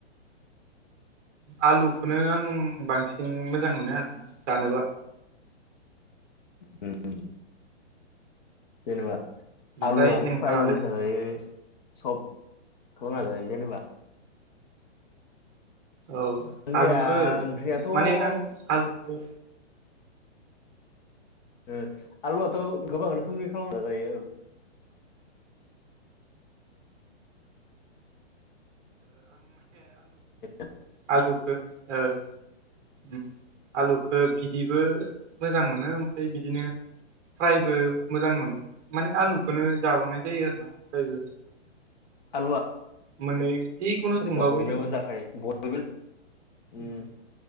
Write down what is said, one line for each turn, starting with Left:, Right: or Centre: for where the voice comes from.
Right: आलुखोनो आं बांसिन मोजां मोनो आरो ना जानोबा।
Left: होम। जेनेबा
Right: ओमफ्राय
Left: आलुवा
Right: नोंथाङालाय
Left: फ्रायबो जाजायो। सब <unintelligible> जायो जेनेबा
Right: औ
Left: जोंनिया
Right: आलुखो
Left: ओंख्रियाथ' ओ
Right: माने आं आलुखो
Left: ओ आलुवाथ' गोबां रोखोमनि खामना जाजायो <unintelligible> <unintelligible>
Right: आलुखो ओ उम। आलुखो बिदिबो मोजां मोनो ओमफाय बिदिनो फ्रायबो मोजां मोनो। माने आलुखोनो जाबांनाय जायो आरो ना फ्रायबो।
Left: आलुवा
Right: मोननै जिखुनु संबाबो
Left: <inaudible> बयनियावबो
Right: मोजां
Left: जाखायो बयबो
Right: मोनो।
Left: ओम